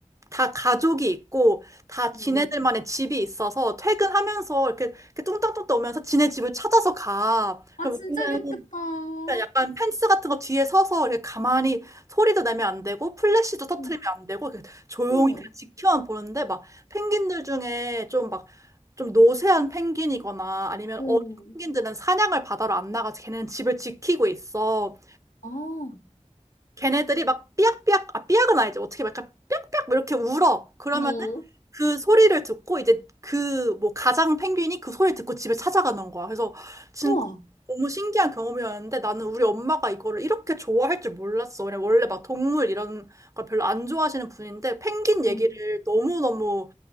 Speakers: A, on the right; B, on the left.
A: 다 가족이 있고 다 지네들만의
B: 응,
A: 집이 있어서 퇴근하면서 이렇게, 이렇게 뚱땅뚱땅 오면서 지네 집을 찾아서 가.
B: 아,
A: 그럼
B: 진짜
A: 우리는
B: 귀엽겠다.
A: 그러니까 약간 펜스 같은 거 뒤에 서서 이렇게 가만히 소리도 내면 안 되고 플래시도 터트리면
B: 응,
A: 안 되고 이렇게 조용히
B: 응
A: 그냥 지켜만 보는데 막 펭귄들 중에 좀 막 좀 노쇠한 펭귄이거나 아니면
B: 응.
A: 어린 펭귄들은 사냥을 바다로 안 나가서 걔네는 집을 지키고 있어.
B: 아,
A: 걔네들이 막 삐약삐약, 아, 삐약은 아니지. 어떻게 막 약간 삐약삐약 뭐 이렇게 울어. 그러면
B: 어.
A: 그 소리를 듣고 이제 그 뭐 가장 펭귄이 그 소리를 듣고 집에 찾아가는 거야. 그래서 진짜
B: 우와,
A: 너무 신기한 경험이었는데 나는 우리 엄마가 이거를 이렇게 좋아할 줄 몰랐어. 그냥 원래 막 동물 이런 걸 별로 안 좋아하시는 분인데 펭귄 얘기를
B: 응.
A: 너무너무